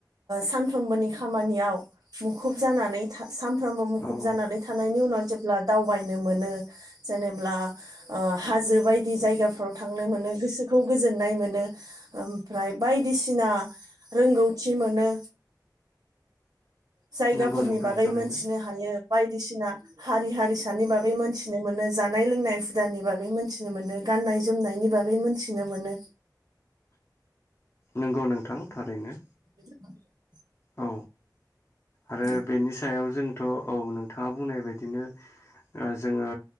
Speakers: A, on the right (about 65°); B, on the left (about 35°).
A: सानफ्रोमबोनि खामानियाव मुखुब जानानै था साम सानफ्रामबो मुखुब
B: औ
A: जानानै थानायनि उनाव जेब्ला दावबायनो मोनो जेनेब्ला ओ हाजो बायदि जायगाफ्राव थांनो मोनो गोसोखौ गोजोननाय मोनो ओमफ्राय बायदिसि सिना रोंगौथि मोनो। जायगाफोरनि
B: नंगौ नोंथां
A: बागै
B: थारैनो
A: मोनथिनो हायो बाय बायदिसिना हारि हारिसानि बागै मोनथिनो मोनो जानाय लोंनाय हुदानि बागै मोनथिनो मोनो गाननाय गाननाय जोमनायनि बागै मोनथिनो मोनो।
B: नंगौ नोंथां थारैनो।
A: <inaudible>
B: औ आरो
A: औ
B: बेनि सायाव जोंथ' औ नोंथाङा बुंनाय बायदिनो ओ जोङो